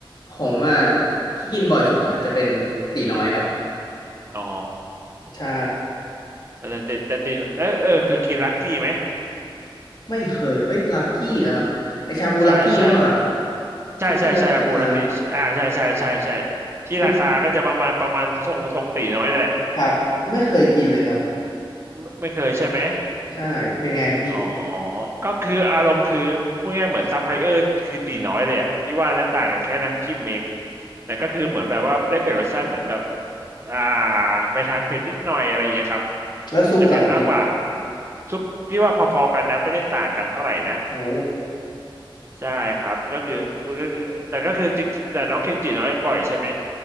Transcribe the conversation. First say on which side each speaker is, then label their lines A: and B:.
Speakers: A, on the left; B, on the right.
A: ผมอะที่กินบ่อยสุดอะอาจจะเป็นตีน้อยครับ
B: อ๋อ
A: ใช่
B: แต่แต่แต่ตีนเออเออคือกินลักกี้ไหม
A: ไม่เคยเอ้ยลักกี้นะครับไอชาบูลักกี้หรือเปล่าครับ
B: ใช่ใช่ใช่ใช่ใช่อาบูลักกี้อ่าใช่ใช่ใช่ใช่
A: สุกี้ลักกี้อ่า
B: ที่ราคาก็จะประมาณประมาณทรงทรงตีน้อยนั่นแหละ
A: คุณครับไม่เคยกินเลยครับ
B: ไม่ไม่เคยใช่ไหม
A: ใช่ เป็นไงครับพี่
B: อ๋อก็คืออารมณ์คือพูดง่ายๆเหมือนซัพพลายเออร์คือตีน้อยเลยอ่ะพี่ว่านะต่างกันแค่น้ำจิ้มเองแต่ก็คือเหมือนแบบว่าได้เปลี่ยนรสชาติเหมือนแบบอ่าไปทางเผ็ดนิดหน่อยอะไรอย่างเงี้ยครับ
A: แล้วซุปเหรอครับพี่
B: จะเผ็ดมากกว่าซุปพี่ว่าพอๆกันนะไม่ได้ต่างกันเท่าไหร่นะ
A: โอ้
B: ใช่ครับก็คือก็คือแต่ก็คือติ๊กแต่น้องกินตีน้อยบ่อยใช่ไหม